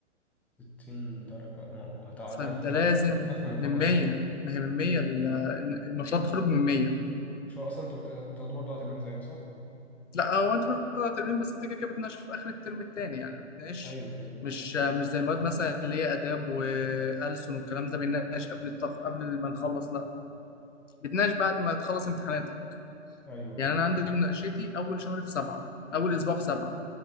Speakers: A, in the centre; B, on the left.
A: 60 درجه ما هو انت درجاتكم
B: فانت لازم
A: درجاتكم من كام
B: من
A: اصلا
B: 100 ما هي من 100 ال- مشروع التخرج من 100
A: مش هو اصلا انتوا بت- بتاخدوا برضه على ترمين زينا صح
B: لا هو انت بتطلع ترمين بس انت كده كده بتناقش في اخر الترم التاني يعني بتناقش
A: ايوه ايوه
B: مش مش زي مواد مثلا اللي هي اداب والسن والكلام ده بنناقش قبل الطف... قبل ما نخلص لا بتناقش بعد ما تخلص امتحاناتك
A: ايوه
B: يعني انا عندي مناقشتي اول شهر في سبعه اول اسبوع في سبعه